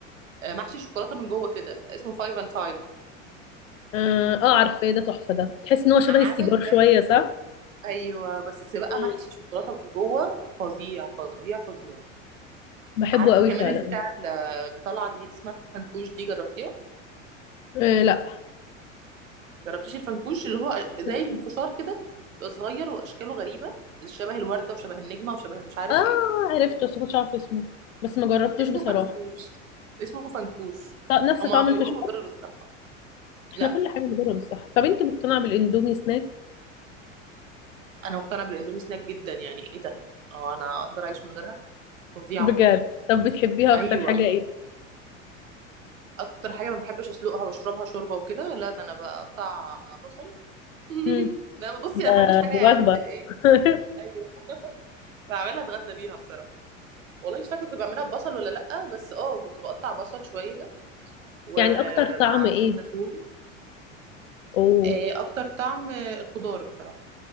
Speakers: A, on the right; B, on the left.
A: آه، محشي شوكولاته من جوه كده اسمه فايف اند فايف
B: اه آه، عارفاه ده تحفه ده تحس ان هو شبه
A: عامل
B: السيجار شويه
A: زي
B: صح
A: ايوه بس بقى
B: مم.
A: محشي شوكولاته من جوه فظيع فظيع فظيع
B: بحبه
A: عارفه
B: قوي
A: كمان
B: فعلا
A: البتاع اللي طالعه جديد اسمها فنكوش دي جربتيها
B: آه لا
A: جربتيش الفنكوش اللي هو زي
B: مم.
A: الفشار كده بيبقى صغير واشكاله غريبه شبه الورده وشبه النجمه وشبه مش عارف
B: اه
A: ايه
B: عرفته بس كنتش عارفه اسمه بس ما جربتوش
A: اسمه
B: بصراحه
A: فنكوش اسمه فنكوش
B: ط- نفس
A: هما
B: طعم
A: بيقولوا
B: الفشار
A: مضر بالصحة
B: احنا
A: لا
B: كل حاجه بنجرب الصح طب انت مقتنعه بالاندومي سناك
A: انا مقتنعة بالاندومي سناك جدا يعني ايه ده اه انا اقدر اعيش من غيرها فظيعة
B: بجد طب بتحبيها
A: ايوه
B: اكتر حاجه ايه
A: اكتر حاجة ما بحبش اسلقها واشربها شوربة وكده لا ده انا بقطع بصل <laughs>
B: امم
A: لا بصي انا
B: ده
A: ما بحبش حاجة
B: دي
A: يعني
B: وجبه
A: ت- ايه
B: <laughs>
A: ايوه <laughs> بعملها اتغدى بيها بصراحة والله مش فاكرة كنت بعملها ببصل ولا لأ بس اه كنت بقطع بصل شوية ومع
B: يعني اكتر طعم ايه
A: زيت زيتون
B: اوه
A: إيه، اكتر طعم آه، الخضار بصراحة